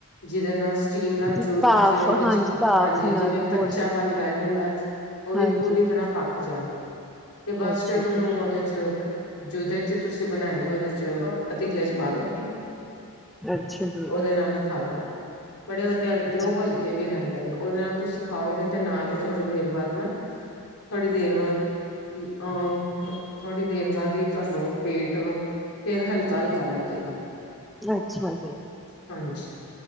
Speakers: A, on the left; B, in the centre.
A: ਜਿਹਦੇ ਨਾਲ ਸਟੀਮ ਨਾਲ
B: ਤੇ
A: ਜੋ
B: ਭਾਫ਼
A: ਜਿਵੇ ਵਿੱਚ
B: ਹਾਂਜੀ ਭਾਫ਼
A: ਹਾਂਜੀ
B: ਨਾਲ
A: ਜਿਵੇਂ ਕੱਚਾਪਨ
B: ਹੋ ਜਾਣ
A: ਰਹਿ ਜਾਂਦਾ ਉਹ ਵੀ
B: ਹਾਂਜੀ।
A: ਪੂਰੀ ਤਰ੍ਹਾਂ ਹੱਕ ਜਾਣ ਤੇ ਬਸ
B: ਅੱਛਾ
A: ਫੇਿਰ
B: ਜੀ,
A: ਉਹਨੂੰ ਉਹਦੇ ਚ ਜਿਹਦੇ ਚ ਤੁਸੀਂ ਬਣਾਏ ਉਹਦੇ ਚ ਪੱਤੀ। ਖਾ ਲੋ
B: ਅੱਛਾ ਜੀ,
A: ਉਹਦੇ ਨਾਲ ਖਾਲੋ। ਬੜੇ ਵਧੀਆ ਲੱਗਦੇ
B: ਅੱਛਾ,
A: ਉਹ ਹਲਕੇ ਵੀ <unintelligible> ਉਹਦੇ ਨਾਲ ਤੁਸੀਂ ਖਾਓਗੇ ਤੇ ਨਾਲ ਹੀ ਥੋੜੀ ਦੇਰ ਬਾਅਦ ਨਾ ਥੋੜੀ ਦੇਰ ਬਾਅਦ ਅਹ ਥੋੜੀ ਦੇਰ ਬਾਅਦ ਹੀ ਤੁਹਾਨੂੰ ਪੇਟ ਫੇਰ ਹਲਕਾ ਹਲਕਾ ਲੱਗੇਗਾ।
B: ਅੱਛਾ ਜੀ
A: ਹਾਂਜੀ।